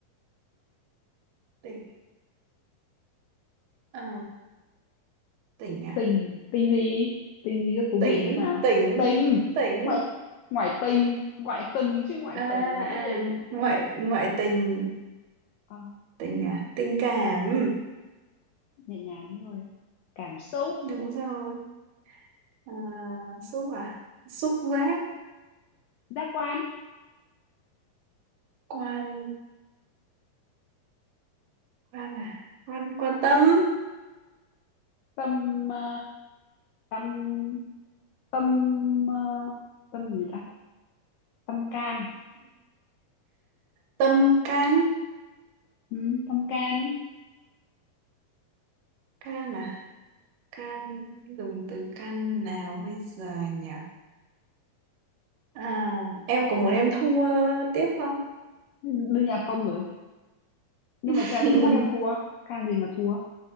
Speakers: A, on the right; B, on the left.
A: tỉnh ờ, tỉnh à
B: tình tình gì tình gì cho thú
A: tỉnh
B: vị xem nào
A: tỉnh
B: tình
A: tỉnh
B: ngoại ngoại tình ngoại tình chứ ngoại
A: à, à
B: tình là cái gì ngoại
A: ngoại
B: tình
A: ngoại tình
B: Ờ,
A: tình à tình cảm
B: nhẹ nhàng rồi cảm xúc
A: đúng rồi à, xúc à xúc giác
B: giác quan
A: quan quan à quan quan tâm
B: tâm ờ, tâm tâm ờ, tâm gì ta tâm can
A: tâm can
B: ừ, tâm can ấy.
A: can à can dùng từ can nào bây giờ nhỉ à em có muốn
B: Ừ,
A: em thua tiếp không
B: đương nhiên là không rồi nhưng
A: <laughs>
B: mà chelsea chắc em thua can gì mà thua